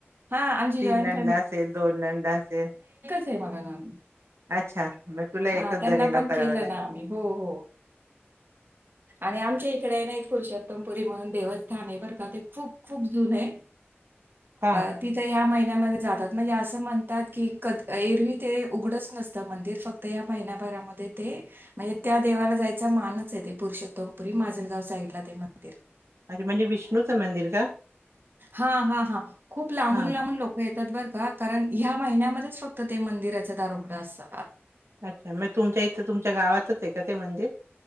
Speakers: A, on the right (about 50°); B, on the right (about 80°).
A: हां, आमची
B: तीन
A: जॉइंट
B: नंदा असेल दोन नंदा असेल
A: <unintelligible>
B: अच्छा मग तुला एकच
A: हा त्यांना
B: जणीला
A: पण
B: करावं
A: केलं
B: लागेल
A: ना आम्ही. हो हो. आणि आमच्या इकडे नाही पुरषोत्तमपुरी म्हणून देवस्थान आहे बर का ते खूप खूप जुनं आहे
B: हा
A: अ तिथं ह्या महिन्या जातात म्हणजे असं म्हणतात की एरवी ते उघडच नसतं मंदिर फक्त या महिन्यामध्ये <unintelligible> म्हणजे त्या देवाला जायचा मानच आहे ते पुरुषोत्तमपुरी माजलगाव साईड ला ते मंदी
B: म्हणजे म्हणजे विष्णूचं मंदिर का?
A: हा हा हा खूप लांबून
B: हा
A: लांबून लोक येतात बरं का कारण ह्या महिन्यामध्येच फक्त ते मंदिराचा दार उघड असत.
B: अच्छा, मग तुमच्या इथे तुमच्या गावातच आहे का ते मंदिर?